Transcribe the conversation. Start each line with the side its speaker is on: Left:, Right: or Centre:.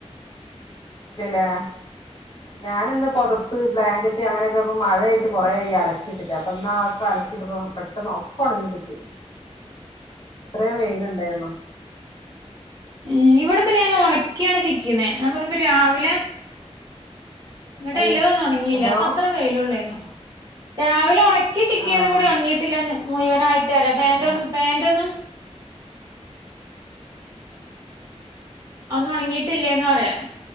Left: ഇല്ലല്ലേ ഞാന ഇന്ന് പുൊതപ്പ് ബ്ലാങ്കറ്റ് അങ്ങനെയൊക്കെ ഇപ്പ മഴയായിട്ട് കൊറ ആായി അലക്കിയിട്ടിട്ട് അപ്പൊാ അലക്കിട്ട പെട്ടെന്ന് ഒപ്പ ഉണങ്ങി കിട്ടി അത്രയും വെയിലുണ്ടായിരുന്നു
Right: ഉ ഇവിടെപ്പ ഞാൻ ഉണക്കിയാണ് സിക്കുന്നേ ഞാൻ പറയ്പ രാവിലെ ഇങ്ങിട്ട
Left: അല്ല
Right: എല്ലാ ഒന്നും ഉണങ്ങിയില്ല
Left: ഹലോ
Right: അപ്പ അത്ര പേലള്ളന്നോ രാവിലെ <unintelligible> <unintelligible> ചിക്കിയത്
Left: ആഹ്
Right: കൂടി ഉണങ്ങിയിട്ടില്ലന്ന് മുഴുവന ആായിട്ട്
Left: പിന്നെ
Right: പാൻറന്നും പാൻറ്റെ ന്നും ഒന്നും ഉണങ്ങിട്ടില്ലേന്ന് പറയാ